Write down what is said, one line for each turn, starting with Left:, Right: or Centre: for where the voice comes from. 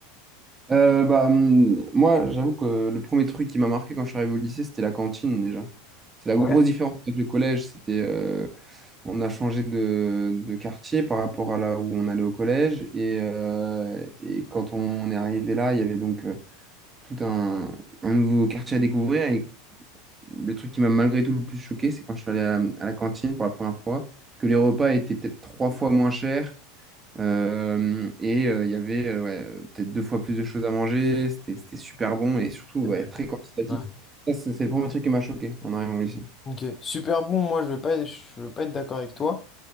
Right: Euh, bah, hum, moi, j'avoue que le premier truc qui m'a marqué quand je suis arrivé au lycée, c'était la cantine déjà. C'est la grosse
Left: Ouais.
Right: différence avec le collège. C'était, euh, on a changé de, de quartier par rapport à là où on allait au collège. Et, euh, et quand on est arrivé là, il y avait donc euh, tout un, un nouveau quartier à découvrir. Et le truc qui m'a malgré tout le plus choqué, c'est quand je suis allé à, à la cantine pour la première fois, que les repas étaient peut-être trois fois moins chers Euh, et euh, il y avait euh, ouais, euh, peut-être deux fois plus de choses à manger. C'était, c'était super bon et surtout
Left: C'est
Right: ouais,
Left: mieux.
Right: très quantitatif.
Left: Ouais.
Right: Ça, C'est c'est le premier truc qui m'a choqué en arrivant au lycée.
Left: Ok. Super bon, moi je vais pas, je vais pas être d'accord avec toi.